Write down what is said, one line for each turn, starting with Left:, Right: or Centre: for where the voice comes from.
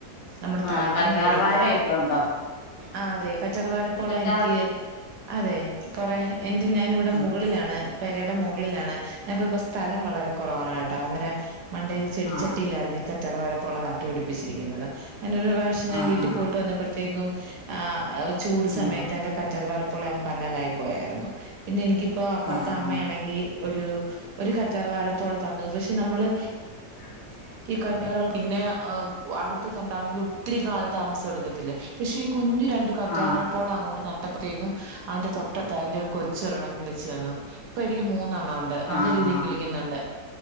Right: നമ്മടെ
Left: ആ
Right: തലക്കും
Left: കറ്റാർ
Right: കേടില്ലാ
Left: വാഴയൊക്കെ ഉണ്ടോ
Right: ആഹ് അതെ കറ്റാർവാഴപ്പോള
Left: കറ്റാർ
Right: എനിക്ക് അതെ കൊറെ എന്റെ ഞാൻ ഇവിടെ
Left: ആ
Right: മുകളിലാണ് പെരേടെ മുകളിലാണ് ഞങ്ങക്കൊക്കെ സ്ഥലം വളരെ കുറവാണ് ട്ടോ അങ്ങനെ മണ്ടേല് ചെടിച്ചട്ടിയിലായിരുന്നു
Left: ആ
Right: ഈ കറ്റർവാഴ പോള നട്ടു പിടിപ്പിച്ചിരിക്കുന്നത് ഞാനൊരു പ്രാ വശ്യം
Left: ആ
Right: ഞാൻ വീട്ടി
Left: ആ
Right: പോയിട്ട് വന്നപ്പോഴത്തേക്കും ആഹ് ഒരു ചൂട്
Left: ഉം
Right: സമയത്തെന്റെ ക റ്റാർവാഴപോള അങ്ങ് പന്നലായി പോയായിരുന്നു പിന്നെ എനിക്കിപ്പോ അപ്പുറത്തെ
Left: ആ ആ
Right: അമ്മയാണെങ്കി ഒരു ഒരു കറ്റാർവാഴ പോള തന്നു പക്ഷേ നമ്മള്
Left: <inaudible>
Right: ഈ കറ്റാർവാഴ പിന്നെ ആഹ് ഉ അടുത്തതുണ്ടാവണെങ്കിൽ ഒത്തിരി കാലതാമസം എടുക്കത്തില്ലേ പക്ഷേ ഈ കുഞ്ഞു രണ്ട് കറ്റാർവാഴപോള
Left: ആ
Right: അങ്ങോട്ട് ന ട്ടപ്പത്തേക്കും അതിന്റെ തൊട്ടത്ത് അതിന്റെ കൊച്ച് ഒരെണ്ണം കിളിച്ചു വന്നു ഇപ്പോ എനിക്ക് മൂന്നെണ്ണ ണ്ട് നല്ല
Left: ആ
Right: രീതിയിൽ
Left: ആ
Right: കിളിക്കുന്നുണ്ട്